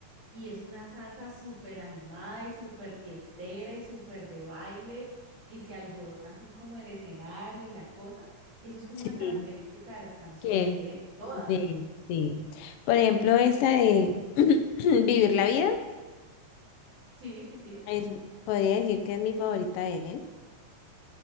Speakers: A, on the right; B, on the left.
A: y es una salsa súper animada y súper fiestera y súper de baile y se alborota así como el escenario y la cosa, y eso es como
B: sí,
A: una característica de las canciones
B: que él,
A: de él. Todas.
B: de, sí. Por ejemplo, esta de <clears throat> Vivir la Vida,
A: Sí, sí, sí.
B: es, podría decir que es mi favorita de él.